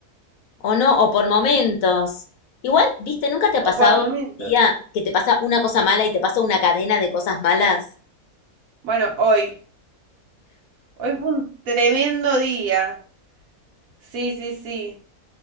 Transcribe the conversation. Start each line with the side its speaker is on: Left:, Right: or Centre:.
Left: O no, o por momentos. Igual, viste, ¿nunca te ha pasado
Right: o por momentos.
Left: un día que te pasa una cosa mala y te pasa una cadena de cosas malas?
Right: Bueno, hoy, hoy fue un tremendo día. Sí, sí, sí.